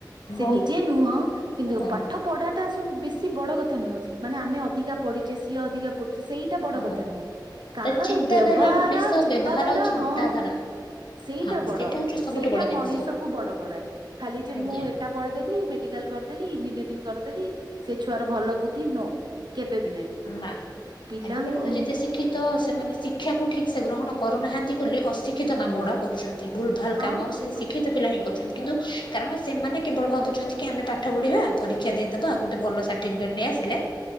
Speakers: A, on the right; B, on the left.
A: ସେ
B: ବହୁତ
A: ନିଜେ ନୁହଁ, କିନ୍ତୁ
B: ହଁ
A: ପାଠ ପଢାଟା ଶ ବେଶୀ ବଡ କଥା ନୁହେଁ। ମାନେ ଆମେ ଅଧିକା ପଢିଛେ ସିଏ ଅଧିକା ପଢ ସେଇଟା ବଡ
B: ହଁ
A: କଥା ନୁହଁ କାହାର
B: ତା ଚିନ୍ତାଧାରା
A: ବ୍ୟବହାରା
B: ମଣିଷ
A: ଚିନ୍ତାଧାରା
B: ବ୍ୟବହାର ଆଉ ଚିନ୍ତାଧାରା
A: ହଁ ସେଇଟା
B: ହଁ
A: ବଡ଼,
B: ହଉଛି ସବୁଠୁ
A: ସେଇଟା
B: ବଡ଼ ଜିନିଷ।
A: ମଣିଷକୁ ବଡ଼ କରାଏ ଖାଲି ଯେ
B: ଆଜ୍ଞା
A: ମୁଁ ଏଟା ପଢ଼ିଦେଲି। କରିଦଲି ଇଞ୍ଜିନିୟରିଂ କରିଦେଲି, ସେ ଛୁଆ ଭଲ ବୁଦ୍ଧ ନୋ କେବେ ବି ନାହିଁ
B: ନା,
A: ପିଲାଙ୍କୁ
B: ଆଜିକାଲି ତ ଯେତେ ଶିକ୍ଷିତ ସେମାନେ ଶିକ୍ଷାକୁ ଠିକ ସେ ଗ୍ରହଣ କରୁନାହାନ୍ତି ବୋଲି, ଅଶିକ୍ଷିତ
A: ହୁଁ
B: କାମ ଗୁଡ଼ା କରୁଛନ୍ତି ଭୁଲ୍ ଭାଲ
A: ହଁ
B: କାମ ସେ
A: ହଁ
B: ଶିକ୍ଷିତ ପିଲା ହିଁ କରୁଛନ୍ତି। କିନ୍ତୁ କାରଣ ସେମାନେ, କେବଳ ଭାବୁଛନ୍ତି କି ଆମେ ପାଠ ପଢିବା ପରୀକ୍ଷା ଦେଇଦବା, ଆଉ ଗୋଟେ ଭଲ ସାର୍ଟିଫିକେଟ୍ ନେଇଆସିଲେ